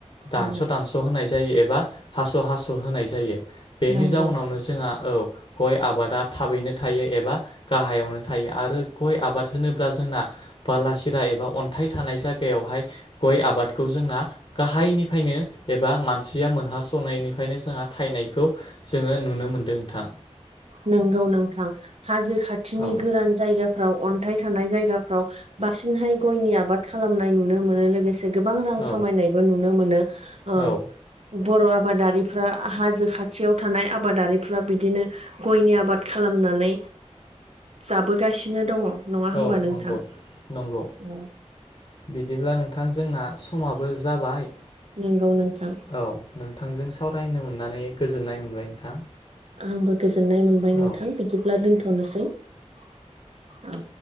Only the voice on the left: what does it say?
दानस'
दानस' होनाय जायो एबा हास' हास' होनाय जायो बेनि
जाउनावनो ज
गय आबादा थाबैनो थायो एबा गाहायावनो थायो आरो गय आबाद होनोब्ला जोंना बालासिरा एबा अन्थाइ थानाय जायगायावहाय गय आबादखौ जोंना गाहायनिफ्रायनो एबा मानसिया मोनहासनायनिफ्रायनो जोंहा थायनायखौ जोङो नुनो मोन नोंथां।
औ
औ
औ
औ
नंगौ नंगौ
बिदिब्ला नोंथां जोंना समाबो जाबाय
औ नोंथांजों सावरायनो मोननानै गोजोननाय मोनबाय नोंथां।
औ